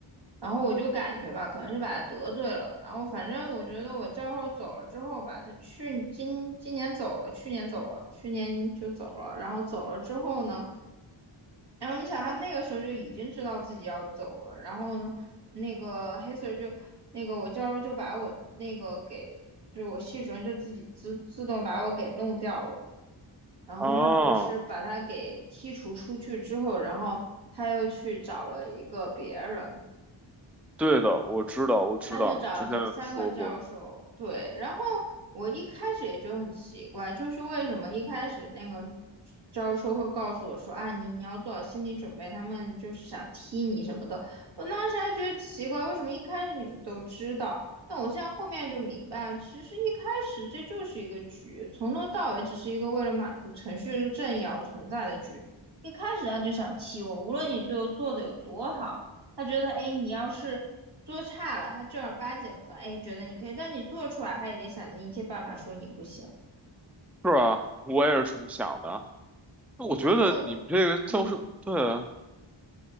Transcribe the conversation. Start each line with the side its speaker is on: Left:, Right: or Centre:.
Right: 然后我就感觉吧，可能是把他得罪了，然后反正我觉得我教授走了之后吧，他去今今年走了，去年走了，去年就走了，然后走了之后呢？然后你想，他那个时候就已经知道自己要走了，然后呢，那个黑 Sir 就那个我教授就把我那个给，就是我系主任就自己自自动把我给弄掉了嘛。然后他不是把他给剔除出去之后，
Centre: 啊？啊，
Right: 然后他又去找了一个别人，
Centre: 对的，我知道，我知道，
Right: 他就找了这三个教授，
Centre: 你之前有说过，
Right: 对，然后我一开始也觉得很奇怪，就是为什么一开始那个教授会告诉我说啊，你你要做好心理准备，他们就是想踢你什么的。我当时还觉得奇怪，为什么一开始你们都知道？但我现在后面就明白了，其实一开始这就是一个局，从头到尾只是一个为了满足程序正义而存在的局。一开始他就想踢我，无论你最后做的有多好。他觉得，哎，你要是做差了，他正儿八经的，哎，觉得你可以，但你做出来，他也得想尽一切办法说你不行。
Centre: 是啊，我也是这么想的。那我觉得你们这个教授，
Right: 我，嗯
Centre: 对，啊，